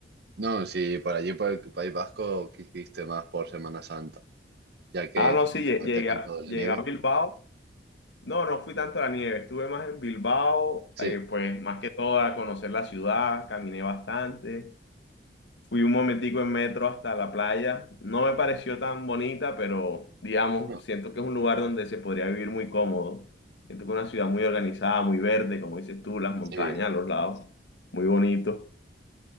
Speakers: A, on the right; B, on the left.
A: no, sí, por allí, por el País Vasco, ¿qué hiciste más por Semana Santa? Ya que
B: Ah, no, sí, lle-
A: ya
B: llegué
A: te he contado
B: a,
A: la
B: llegué
A: nieve.
B: a Bilbao. No, no fui tanto a la nieve, estuve más en Bilbao,
A: Sí,
B: eh, pues más que todo a conocer la ciudad, caminé bastante. Fui un momentico en metro hasta la playa. No me pareció tan bonita, pero digamos,
A: no,
B: siento que es un lugar donde se podría vivir muy cómodo. Siento que es una ciudad muy organizada, muy verde, como dices tú, las montañas
A: sí,
B: a los lados, muy bonito.